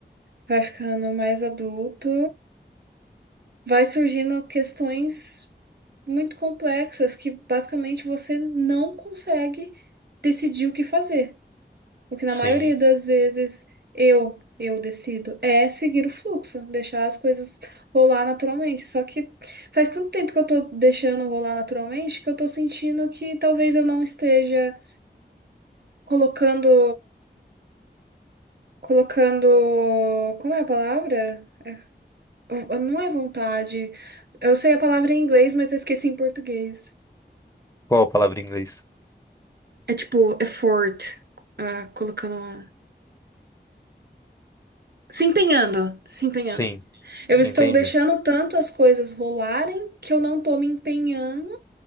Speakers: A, on the right; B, on the left.
A: vai ficando mais adulto, vai surgindo questões muito complexas que basicamente você não consegue decidir o que fazer. O que na
B: Sim.
A: maioria das vezes eu eu decido é seguir o fluxo, deixar as coisas rolar naturalmente. Só que faz tanto tempo que eu tô deixando rolar naturalmente que eu tô sentindo que talvez eu não esteja colocando colocando, como é a palavra? Não é vontade. Eu sei a palavra em inglês, mas eu esqueci em português.
B: Qual a palavra em inglês?
A: É tipo effort, ah, colocando. Se empenhando, se empenhando.
B: Sim,
A: Eu estou
B: entendi,
A: deixando tanto as coisas rolarem que eu não tô me empenhando